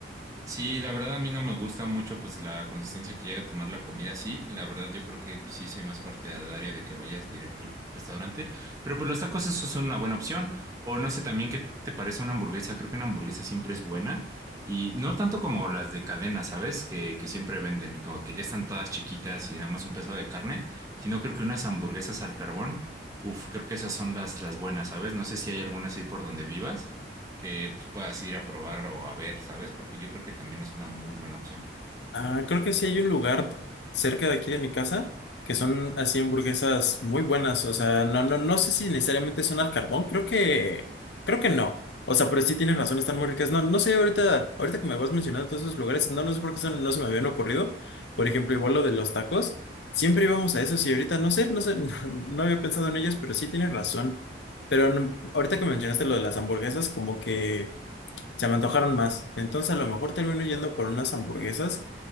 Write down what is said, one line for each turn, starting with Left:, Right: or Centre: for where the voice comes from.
Right: Sí, la verdad a mí no me gusta mucho pues la consistencia que llega a tomar la comida así. La verdad yo creo que pues, sí soy más partidario de que vayas directo al restaurante. Pero pues los tacos eso son una buena opción. O no sé también qué te parece una hamburguesa. Creo que una hamburguesa siempre es buena. Y no tanto como las de cadena, ¿sabes? Que, que siempre venden, como que ya están todas chiquitas y nada más un pedazo de carne. Sino creo que unas hamburguesas al carbón. Uf, creo que esas son las, las buenas, ¿sabes? No sé si hay alguna así por donde vivas que pues, puedas ir a probar o a ver, ¿sabes? Porque yo creo que también es una muy buena opción.
Left: Ah, creo que sí hay un lugar cerca de aquí de mi casa que son así hamburguesas muy buenas. O sea, no, no, no sé si necesariamente son al carbón. Creo que, creo que no. O sea, pero sí tienes razón, están muy ricas. No, no sé, ahorita, ahorita que me vas mencionando todos esos lugares, no, no sé por qué son- no se me habían ocurrido. Por ejemplo, igual lo de los tacos. Siempre íbamos a esos y ahorita no sé, no sé, <laughs> no, había pensado en ellos, pero sí tienes razón. Pero no- ahorita que mencionaste lo de las hamburguesas, como que se me antojaron más. Entonces a lo mejor termino yendo por unas hamburguesas